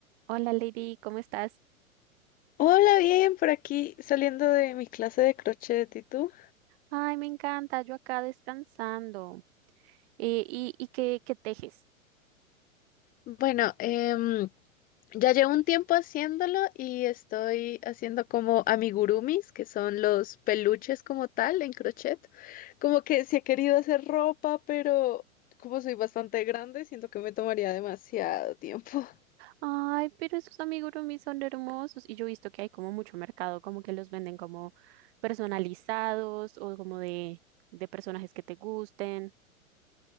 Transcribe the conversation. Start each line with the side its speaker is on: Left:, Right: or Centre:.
Right: Hola Lady, ¿cómo estás?
Left: Hola, bien, por aquí saliendo de mi clase de crochet, ¿y tú?
Right: Ay, me encanta, yo acá descansando. Eh, ¿y, y qué, qué tejes?
Left: Bueno, em, ya llevo un tiempo haciéndolo y estoy haciendo como amigurumis, que son los peluches como tal en crochet. Como que sí he querido hacer ropa, pero como soy bastante grande, siento que me tomaría demasiado tiempo. <laughs>
Right: Ay, pero esos amigurumis son hermosos. Y yo he visto que hay como mucho mercado, como que los venden como personalizados o como de, de personajes que te gusten.